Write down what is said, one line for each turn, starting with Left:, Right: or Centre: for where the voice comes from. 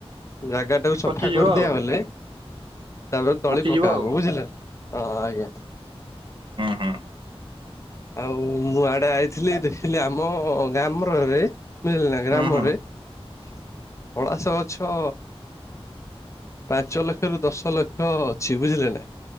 Left: ଜାଗା ତାକୁ ସଫା
Right: ପଚିଯିବ
Left: କରି
Right: ଆଉ
Left: ଦିଆଲେ ତାପରେ
Right: ପଚିଯିବ
Left: ତଳି ପକା
Right: ଆଉ
Left: ହବ
Right: ହୁଁ
Left: ବୁଝିଲେ ଆଜ୍ଞା
Right: ହୁଁ ହୁଁ
Left: ଆଉ ମୁଁ ଆଡେ ଆଇଥିଲି ଦେଖିଲି ଆମ ଗ୍ରାମରେ ମିଳିଲ ନା ଗ୍ରାମରେ
Right: ହୁଁ ହୁଁ ହୁଁ
Left: ପଳାସ ଗଛ ପାଞ୍ଚ ଲକ୍ଷ ରୁ ଦଶ ଲକ୍ଷ ଅଛି ବୁଝିଲେ ନା